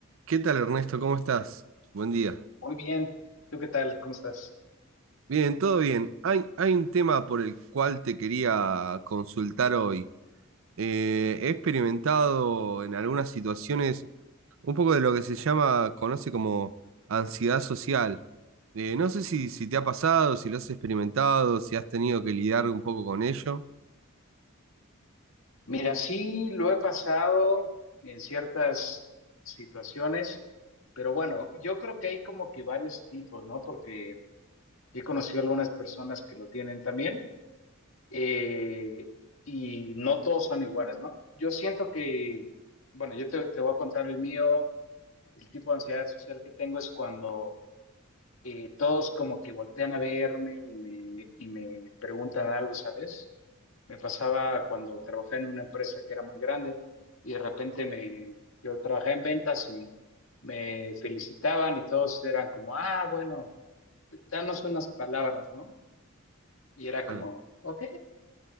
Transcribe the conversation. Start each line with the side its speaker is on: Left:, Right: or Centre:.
Right: ¿Qué tal, Ernesto? ¿Cómo estás? Buen día.
Left: Muy bien, ¿tú qué tal? ¿Cómo estás?
Right: Bien, todo bien. Hay, hay un tema por el cual te quería consultar hoy. Eh, he experimentado en algunas situaciones un poco de lo que se llama, conoce como ansiedad social. Eh, no sé si, si te ha pasado, si lo has experimentado, si has tenido que lidiar un poco con ello.
Left: Mira, sí, lo he pasado en ciertas situaciones, pero bueno, yo creo que hay como que varios tipos, ¿no? Porque he conocido algunas personas que lo tienen también, eh, y no todos son iguales, ¿no? Yo siento que, bueno, yo te, te voy a contar el mío, el tipo de ansiedad social que tengo es cuando eh, todos como que voltean a verme y me, y me preguntan algo, ¿sabes? Me pasaba cuando trabajé en una empresa que era muy grande y de repente me, yo trabajé en ventas y me felicitaban y todos eran como, ah, bueno, danos unas palabras, ¿no? Y era
Right: Claro.
Left: como, ok,